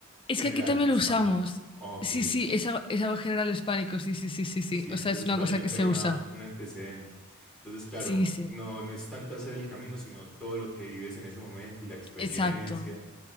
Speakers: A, on the left; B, in the centre.
A: Es
B: general,
A: que aquí también
B: hispánico.
A: lo usamos.
B: Ah, Ok,
A: Sí, sí,
B: ok.
A: es algo, es algo general hispánico. Sí, sí, sí, sí, sí.
B: Sí,
A: O
B: entonces
A: sea, es una
B: probablemente
A: cosa que se
B: hay una,
A: usa.
B: un antecedente. Entonces, claro,
A: Sí, sí.
B: no, no es tanto hacer el camino, sino todo lo que vives en ese momento y la experiencia.
A: Exacto.